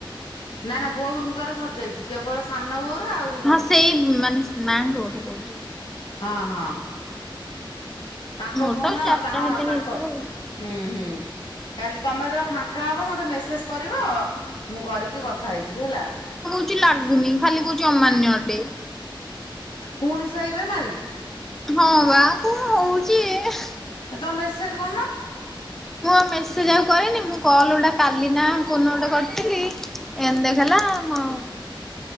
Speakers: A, on the left; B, in the centre.
A: ନା ନା ବୋଉରୁଙ୍କର ସରିଯାଇଚି। କେବଳ ସାନ ବୋଉର ଆଉ ହୁଁ,
B: ହଁ ସେଇ ମାନେ ମାଙ୍କ କଥା କହୁଛି
A: ହଁ ହଁ। ତାଙ୍କ
B: ମୋର
A: ଫୋନ୍
B: ତ ଆଉ
A: ହଁ
B: ଚାରିଟା ହେଲେ
A: ତାଙ୍କ
B: ହେଇଯିବ ଆଉ।
A: ହୁଁ ହୁଁ। କାଲି ତମେ ଯେତେବେଳେ ଫାଙ୍କା ହବ ମୋତେ ମେସେଜ୍ କରିବ ମୁଁ କରିକି କଥା ହେଇଯିବି ହେଲା।
B: କିଛି ଲାଗୁନି ଖାଲି କଉଚି ଅମାନ୍ୟ ଅଟେ।
A: ପୁଣି ସେଇ ବେମାରି
B: ହଁବା କଣ ହଉଚି ଇଏ।
A: ତମେ ମେସେଜ୍ କରୁନ।
B: ମୁଁ ଆଉ ମେସେଜ୍ ଆଉ କରିନି, ମୁଁ କଲ୍ ଗୋଟେ କାଲିନା କୋଉ ଦିନ ଗୋଟେ କରିଥିଲି ଏନ୍ଦି ଦେଖେଇଲା ଆଉ